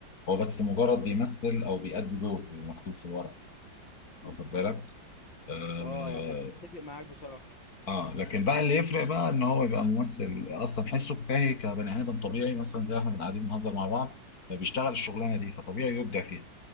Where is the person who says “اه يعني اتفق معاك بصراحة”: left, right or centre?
Left